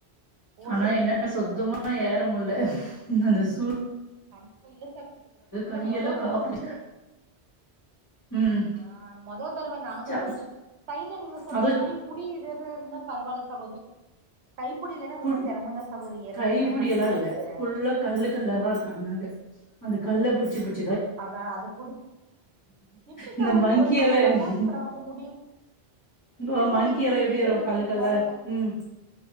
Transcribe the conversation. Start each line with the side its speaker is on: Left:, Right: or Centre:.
Right: ஓ
Left: ஆனா
Right: செரிங்க
Left: என்ன
Right: செரிங்க
Left: சுத்தமா
Right: சகோதரி
Left: ஏறமுல்ல அந்த சூழ்
Right: கண்டிப்பா இல்ல சக் இல்ல
Left: கையெல்லா
Right: மொதோதடவ
Left: காப்பு
Right: வந்து
Left: ம்
Right: ஆ அது மொதோ தரவ இந்த அனுபவொ
Left: ச
Right: இருக் சைட்ல நீங்க சொல்ற
Left: அது
Right: மாரி புடி எதிரு இருந்தா பரவால்ல சகோதரி கைப்புடி இல்லேனா
Left: புல்
Right: ரொம்ப செரமோந்தா சகோதரி ஏறதுக்கெல்லா
Left: கைப்புடி
Right: கண்டிப்பா
Left: எல்லா இல்ல
Right: நமக்கு
Left: ஃபுல்லா கல்லு கல்லாதா அங்கங்க அந்த கல்ல புடுச்சுபுட்
Right: அதா அத புடி எப்டி
Left: இந்த
Right: சகோதரி
Left: மங்கி
Right: ஒருத்தவங்க
Left: எல்லா
Right: சப்போஸ் இப்ப நமக்கு முடி
Left: இந்த
Right: என்ன சகோதரி
Left: மங்கி
Right: இப்ப
Left: எல்லா
Right: நீங்க
Left: எப்டி ஏறும்
Right: ஏறுறீங்க
Left: கல்லு
Right: உங்களா
Left: கல்லா
Right: வ
Left: ம்